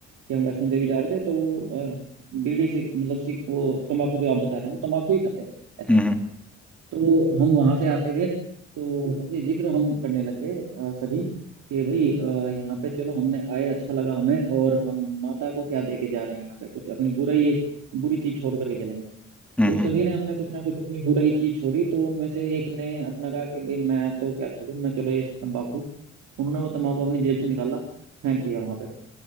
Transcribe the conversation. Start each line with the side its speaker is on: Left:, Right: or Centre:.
Right: कि हम वैष्णो देवी जा रहे थे तो वो अ, बीड़ी से मतलब सिग वो तंबाकू जो आप बता रहे हो तंबाकू ही खाते थे ऐसे
Centre: हम्म
Right: तो हम वहां से आते हुए तो ऐसे जिक्र हम करने लग गए अ, सभी कि भाई अ, यहाँ पे चलो हमने आए अच्छा लगा हमें और हम माता को क्या दे के जा रहे हैं यहाँ पे कुछ अपनी बुराई एक बुरी चीज छोड़ करके चलेंगे
Centre: हम्म
Right: तो सभी
Centre: हम्म
Right: ने हमने कुछ ना कुछ अपनी बुराई चीज छोड़ी तो उनमें से एक ने अपना कहा कि भाई मैं तो क्या छोड़ूं मैं चलो ये तंबाकू उन्होंने वो तंबाकू अपनी जेब से निकाला फेंक दिया वहां पे